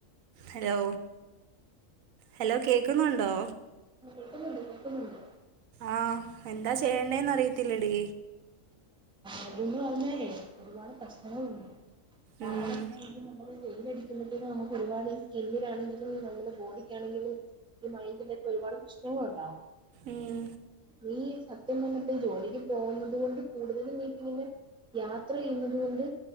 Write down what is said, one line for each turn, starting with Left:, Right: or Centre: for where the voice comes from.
Right: ഹലോ ഹലോ കേക്കുന്നുണ്ടോ?
Centre: കേക്കുന്നുണ്ട് കേക്കുന്നുണ്ട്
Right: ആഹ് എന്താ ചെയ്യേണ്ടേന്ന് അറിയത്തില്ലടീ
Centre: അത് ന്ന് പറഞ്ഞാലേ ഒരുപാട് പ്രശ്നങ്ങളുണ്ട് കാരണംന്ന്
Right: ഉം
Centre: പറഞ്ഞാല് ഈ നമ്മളീ വെയിലടി നമുക്ക് ഒരുപാട് ഈ സ്കിന്നിലാണെങ്കിലും നമ്മുടെ ബോഡിക്കാണെങ്കിലും ഈ മയ്ന്റിനൊക്കെ ഒരുപാട് പ്രശ്നങ്ങളുണ്ടാവും.
Right: ഉം
Centre: നീ സത്യം പറഞ്ഞിട്ടും ജോലിക്ക് പോകുന്നതുകൊണ്ട് കൂടുതലും നീ. ഇങ്ങനെ യാത്ര ചെയ്യുന്നത് കൊണ്ട്